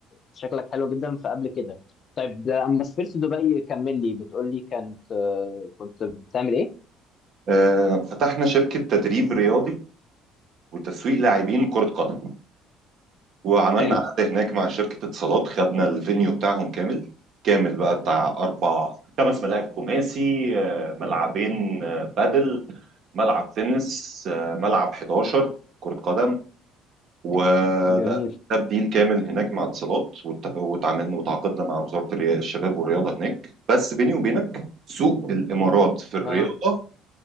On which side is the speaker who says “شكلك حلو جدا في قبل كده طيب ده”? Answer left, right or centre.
Left